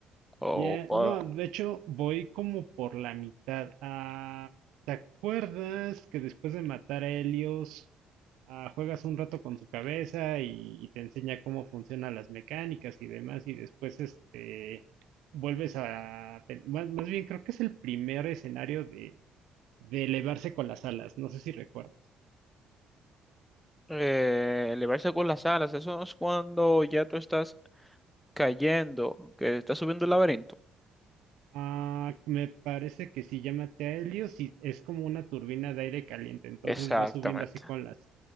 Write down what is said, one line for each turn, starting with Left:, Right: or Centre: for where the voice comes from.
Centre: O
Right: Ya,
Centre: o,
Right: no, de hecho voy como por la mitad. Ah, ¿te acuerdas que después de matar a Helios, ah, juegas un rato con su cabeza y, y te enseña cómo funcionan las mecánicas y demás y después este vuelves a... te- Más, más bien creo que es el primer escenario de, de elevarse con las alas, no sé si recuerdas.
Centre: eh, elevarse con las alas, eso es cuando ya tú estás cayendo, que estás subiendo el laberinto.
Right: Ah, me parece que se llama Helios y es como una turbina de aire caliente, entonces
Centre: Exactamente.
Right: vas subiendo así con las,